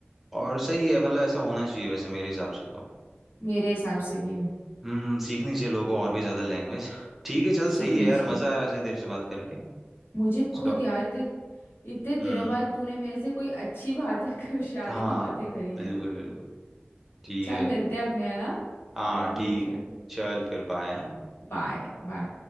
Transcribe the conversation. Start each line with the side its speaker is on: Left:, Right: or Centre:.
Centre: और सही है मतलब ऐसा होना चाहिए वैसे मेरे हिसाब से तो
Left: मेरे हिसाब से भी
Centre: हम्म सीखनी चाहिए लोगों को और भी ज्यादा लैंग्वेज ठीक है चल सही
Left: सीखनी
Centre: है यार
Left: चाहिए
Centre: मजा आया वैसे तेरे से बात करके
Left: मुझे खुद
Centre: स्टॉप
Left: यार इतने इतने दिनों
Centre: हम्म
Left: बाद तूने मेरे से कोई अच्छी बातें <laughs> होशियारी
Centre: हाँ
Left: की बातें करी
Centre: बिल्कुल
Left: है
Centre: बिल्कुल ठीक
Left: चल
Centre: है
Left: मिलते हैं अपने है ना
Centre: हाँ
Left: चल ठीक
Centre: ठीक
Left: है
Centre: है चल फिर बाय
Left: Bye bye